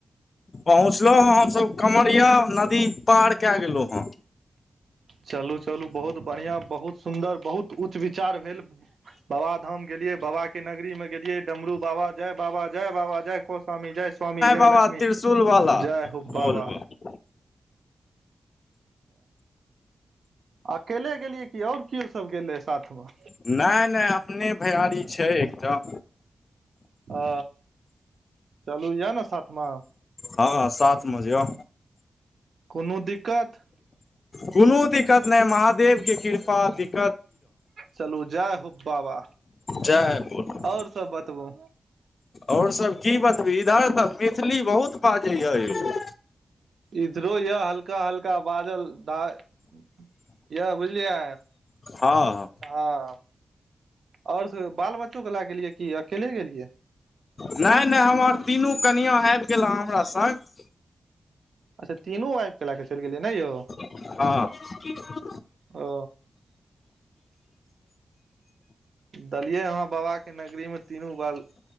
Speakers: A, on the left; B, on the right.
A: पहुँचलहुँ हेँ हमसभ कँवरिया नदी पार कए गेलहु हेँ।
B: चलू-चलू बहुत बढ़ियाँ बहुत सुन्दर बहुत उच्च विचार भेल बाबा धाम गेलियै बाबाके नगरीमे गेलियै डमरू बाबा जय बाबा, जय बाबा, जय को स्वामी, जय स्वामी, जय
A: बाबा
B: लक्ष्मी।
A: त्रिशूल वाला
B: जय हो बाबा।
A: बोलबम
B: अकेले गेलियै कि आओर कियो सब गेलै साथमे।
A: नय-नय अपने भैयारी छैय एकटा।
B: अ चलू य न साथ म।
A: हँ साथ म य।
B: कोनो दिक्कत?
A: कोनो दिक्कत नहि महादेवके कृपा दिक्क
B: चलू जय हो बाबा,
A: जय बोल
B: आओर सब बतबू।
A: आओर सभ की बतबि इधर त मैथिली बहुत बाजैए यौ।
B: इधरो य हल्का- हल्का बाजल द यौ बुझलियै।
A: हँ।
B: हँ और सब बाल बच्चो के लए गेलियै कि अकेले गेलियै।
A: नय- नय हमर तीनू कनियाँ आबि गेल हँ हमरा सङ्ग।
B: अच्छा तीनू वाइफके लऽ कऽ चलि गेलियै नै यौ।
A: हँ।
B: ओ। देलियै ह बाबा के नगरी मे तीनू वा